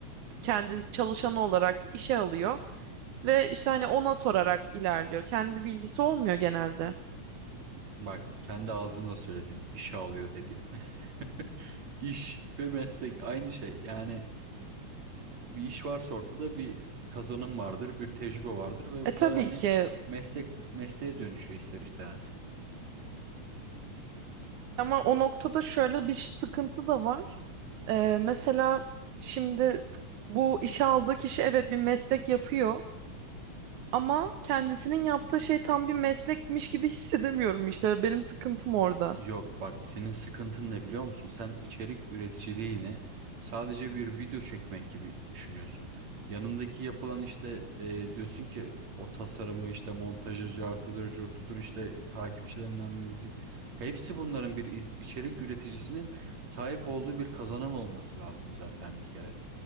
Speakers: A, on the right; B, on the right.
A: kendi çalışanı olarak işe alıyor ve işte hani ona sorarak ilerliyor kendi bilgisi olmuyor genelde.
B: bak kendi ağzınla söyledin, işe alıyor dedin. <laughs> İş ve meslek aynı şey. Yani bir iş varsa ortada bir kazanım vardır, bir tecrübe vardır ve
A: E
B: bu
A: tabii
B: da hani
A: ki
B: meslek mesleğe dönüşüyor ister istemez.
A: ama o noktada şöyle bir sıkıntı da var. E, mesela şimdi bu işe aldığı kişi evet bir meslek yapıyor ama kendisinin yaptığı şey tam bir meslekmiş gibi <laughs> hissedemiyorum işte benim sıkıntım orada.
B: Yok bak senin sıkıntın ne biliyor musun? Sen içerik üreticiliğini sadece bir video çekmek gibi düşünüyorsun. Yanındaki yapılan işte e, diyorsun ki o tasarımı işte montajı cartıdır curtudur işte takipçilerin analizi hepsi bunların bir i- içerik üreticisinin sahip olduğu bir kazanım olması lazım zaten bir kere.